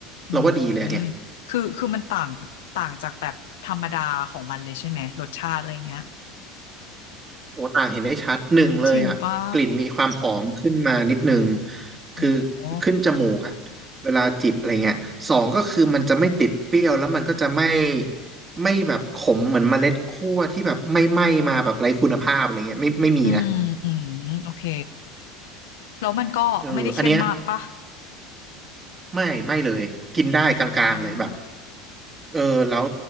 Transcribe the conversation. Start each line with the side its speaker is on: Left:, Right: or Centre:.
Left: อื
Right: เราว่าดีเลยอันเนี่ย
Left: มคือคือ มันต่าง ต่างจากแบบธรรมดาของมันเลยใช่ไหมรสชาติอะไรเงี้ย
Right: โสต่างเห็นได้ชัดหนึ่งเลยอ่ะกลิ่นมีความหอมขึ้นมานิดนึง
Left: จริงปะโอ้โห
Right: คือขึ้นจมูกอ่ะเวลาจิบอะไรเงี้ยสองก็คือมันจะไม่ติดเปรี้ยวแล้วมันก็จะไม่ไม่แบบขมเหมือนเมล็ดคั่วที่แบบไม่ไหม้มาแบบไร้คุณภาพอะไรเงี้ยไม่ไม่มีนะ
Left: อืม อืม โอเค แล้วมันก็ไม่ได้เข้มมากปะ
Right: เอออันเนี้ยไม่ไม่เลยกินได้กลางๆเลยแบบ
Left: อ่า
Right: เออแล้ว